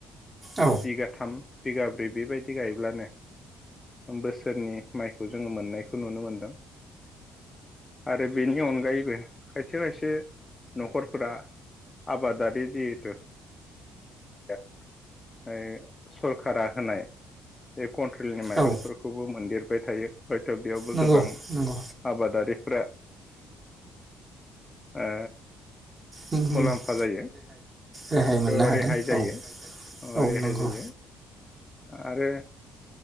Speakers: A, on the right; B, on the left.
A: औ
B: बिगाथाम बिगाब्रै बेबायदि गायोब्लानो बोसोरनि माइखौ जोङो मोननायखौ नुनो मोनदों आरो बेनि अनगायैबो खायसे खायसे न'खरफोरा आबादारि जिहथु <inaudible> सरखारा होनाय कन्ट्रिलनि माइरंफोरखौबो
A: औ
B: मोनदेरबाय थायो हयथ' बेयावबो
A: नंगौ
B: गोबां
A: नंगौ
B: आबादारिफ्रा ओ
A: रेहाय
B: मुलाम्फा जायो
A: रेहाय
B: हयथ'
A: मोननो हादों
B: रेहाय जायो।
A: औ
B: अ
A: औ
B: रेहाय
A: नंगौ
B: जायो आरो